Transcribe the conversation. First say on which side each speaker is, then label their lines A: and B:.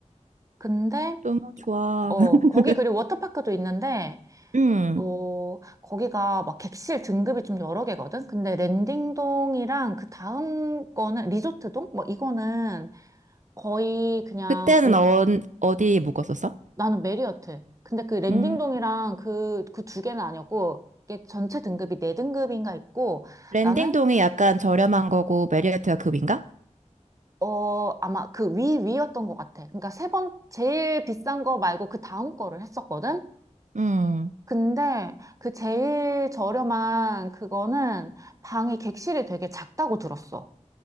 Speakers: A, on the right; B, on the right.
A: 근데,
B: 너무 좋아.
A: 어,
B: <laughs>
A: 거기 그리고 워터파크도 있는데,
B: 음.
A: 어, 거기가 막 객실 등급이 좀 여러 개거든? 근데 랜딩동이랑 그 다음 거는 리조트동? 뭐 이거는 거의 그냥
B: 그때는
A: 오-
B: 어, 어디 묵었었어?
A: 나는 메리어트. 근데 그 랜딩동이랑
B: 음.
A: 그, 그 두 개는 아니었고 이게 전체 등급이 네 등급인가 있고
B: 랜딩동이
A: 나는
B: 약간 저렴한 거고 메리어트가 급인가?
A: 어, 아마 그 위, 위였던 것 같아. 그러니까 세 번, 제일 비싼 거 말고 그 다음 거를 했었거든?
B: 음.
A: 근데 그 제일 저렴한 그거는 방이 객실이 되게 작다고 들었어.